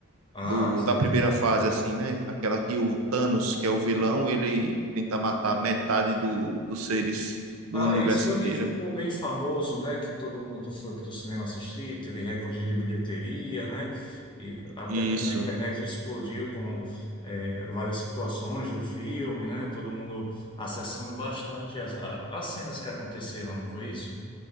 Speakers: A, on the left; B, on the right.
A: Ah,
B: do,
A: sim.
B: da primeira fase, assim, né? Aquela que o Thanos, que é o vilão, ele tenta matar metade do, dos seres do
A: Ah,
B: universo
A: esse foi o
B: inteiro.
A: que ficou bem famoso, né? Que todo mundo foi para o cinema assistir, teve recorde de bilheteria, né? E até
B: Isso.
A: mesmo na internet explodiu com eh, várias situações do filme, né? Todo mundo acessando bastante as, a- as cenas que aconteceram, não foi isso?